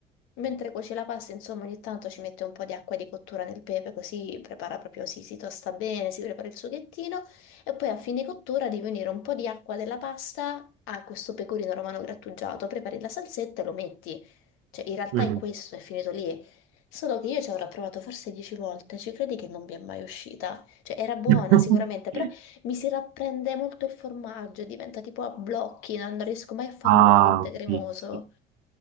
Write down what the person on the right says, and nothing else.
Mhm.
<laughs>
Ah,
sì, sì.